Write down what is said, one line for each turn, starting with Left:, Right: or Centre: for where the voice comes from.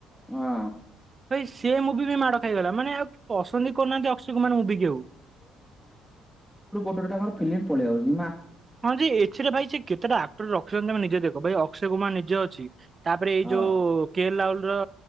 Centre: ହଁ
Right: ଭାଇ ସେ। ମୁଭି ବି ମାଡ଼ ଖାଇଗଲା ମାନେ ଆଉ କେଇ ପସନ୍ଦ ହି କରୁନାହାନ୍ତି ଅକ୍ଷୟ କୁମାର ମୁଭି କି ଆଉ।
Centre: କିନ୍ତୁ ତାଙ୍କର ଫିଲ୍ମ ପଳେଇ ଆଉଚି।
Right: ହଁ ଯେ ଏଥିରେ ଭାଇ ସେ କେତେଟା ଆକ୍ଟର ରଖିଛନ୍ତି ତମେ ନିଜେ ଦେଖ ଭାଇ ଅକ୍ଷୟ କୁମାର ନିଜେ ଅଛି। ତାପରେ ଏଇ
Centre: ହଁ
Right: ଯୋଉ କେଲ ଲାଉଲ ର